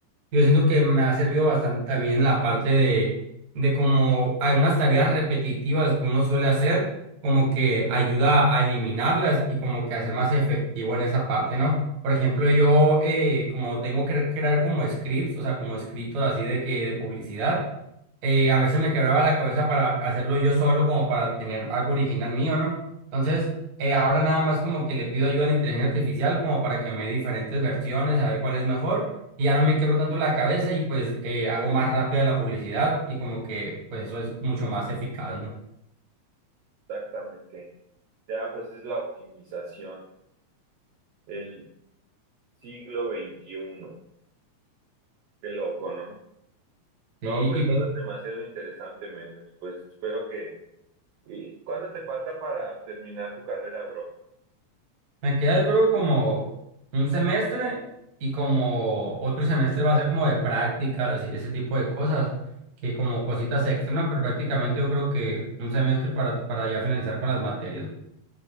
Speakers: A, on the right; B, on the right.
A: yo siento que me ha servido bastante también en la parte de, de como algunas tareas repetitivas que uno suele hacer, como que ayuda a eliminarlas y como que hacer más efectivo en esa parte, ¿no? Por ejemplo, yo eh, como tengo que crear como scripts, o sea, como escritos así de que de publicidad eh, a veces me quebraba la cabeza para hacerlo yo solo, como para tener algo original mío, ¿no? Entonces, eh, ahora nada más como que le pido ayuda a la inteligencia artificial como para que me dé diferentes versiones, a ver cuál es mejor, y ya no me quebro tanto la cabeza y pues eh, hago más rápida la publicidad y como que pues eso es mucho más eficaz, ¿no?
B: Exactamente. Ya, pues es la optimización, el siglo veintiuno, Qué loco, ¿no?
A: Sí,
B: No, pues todo es demasiado interesante, Méndez. Pues espero que... ¿Y cuánto te falta para terminar tu carrera, bro?
A: Me queda, yo creo, como un semestre y como otro semestre va a ser como de prácticas y ese tipo de cosas, que como cositas extra, ¿no? Pero prácticamente yo creo que un semestre para, para ya finalizar con las materias.